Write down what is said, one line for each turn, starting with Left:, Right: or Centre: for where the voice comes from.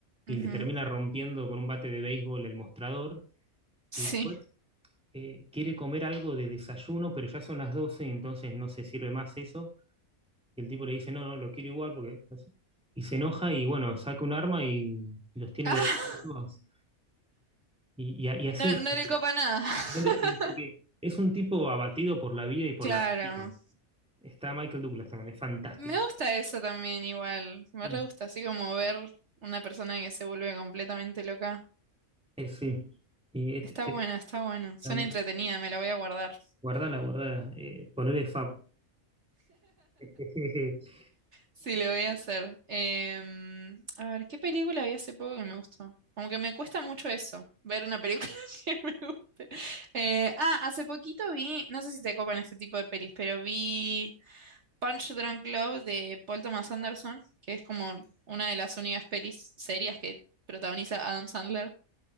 Centre: y
Right: Ujú,
Centre: le termina rompiendo con un bate de béisbol el mostrador.
Right: Sí.
Centre: Y después eh, quiere comer algo de desayuno, pero ya son las 12 y entonces no se sirve más eso. Y el tipo le dice, no, no, lo quiero igual porque... no sé". Y se enoja y bueno, saca un arma y, y los tiene
Right: Ah,
Centre: de... todos. Y, y-
Right: <laughs>
Centre: y así
Right: no,
Centre: va.
Right: no le copa nada. <laughs>
Centre: Dale, y porque es un tipo abatido por la vida y por
Right: Claro.
Centre: la rutina. Está Michael Douglas también, es fantástico.
Right: Me gusta eso también igual, me
Centre: Mm.
Right: re gusta así como ver una persona que se vuelve completamente loca.
Centre: Eh, sí. Y este,
Right: Está bueno,
Centre: este,
Right: está bueno. Suena
Centre: um,
Right: entretenida, me la voy a guardar.
Centre: guardala, guardala. Eh, ponele Fab. <laughs>
Right: Sí, lo voy a hacer. Em, a ver, ¿qué película vi hace poco que me gustó? Como que me cuesta mucho eso, ver una película <laughs> que me guste. Eh, ah, hace poquito vi, no sé si te copan este tipo de pelis, pero vi Punch Drunk Love de Paul Thomas Anderson, que es como una de las únicas pelis serias que protagoniza Adam Sandler.